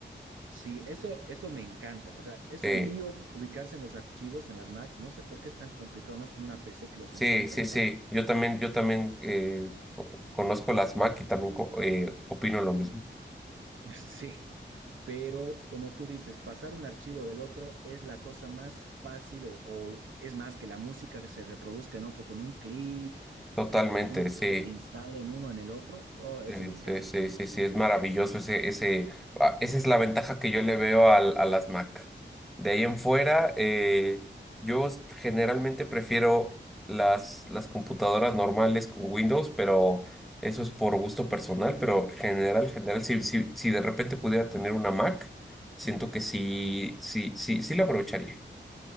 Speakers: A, on the right; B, in the centre.
A: Sí, eso, eso me encanta. O sea, es
B: sí.
A: un lío ubicarse en los archivos, en las Macs. No sé por qué es tan complicado. No es como una PC que los
B: Sí,
A: encuentras
B: sí, sí.
A: fácil.
B: Yo también, yo también eh, co- conozco las Mac y también co- eh, opino lo mismo.
A: <laughs> Sí. Pero como tú dices, pasar un archivo del otro es la cosa más fácil o, o es más que la música que se reproduzca en otro con un clic
B: Totalmente,
A: o que alguna <laughs>
B: sí.
A: se instale en uno en el otro. oh, eso
B: Eh,
A: me encanta.
B: Sí, sí, sí, sí, es maravilloso ese, ese, ah, esa es la ventaja que yo le veo al- a, las Mac. De ahí en fuera, eh, yo s- generalmente prefiero las, las computadoras normales con Windows, pero eso es por gusto personal, pero general, general, si, si, si de repente pudiera tener una Mac, siento que sí, sí, sí, sí la aprovecharía.